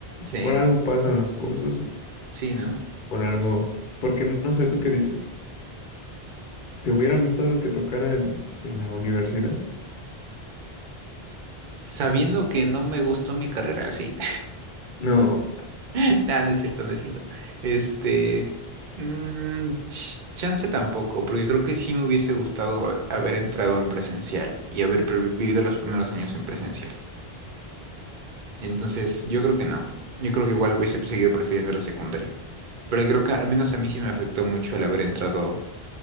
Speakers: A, on the right; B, on the left.
A: Sí,
B: Por algo pasan las cosas y
A: sí, ¿no?
B: por algo... Porque no no sé, ¿tú qué dices? ¿Te hubiera gustado que tocara en, en la universidad?
A: Sabiendo que no me gustó mi carrera, sí.
B: No,
A: Nah, no es cierto, no es cierto. Este, mm, ch- chance tampoco, porque creo que sí me hubiese gustado ha- haber entrado en presencial y haber pre- vivido los primeros años en presencial. Entonces, yo creo que no. Yo creo que igual hubiese seguido prefiriendo la secundaria. Pero creo que al menos a mí sí me afectó mucho el haber entrado,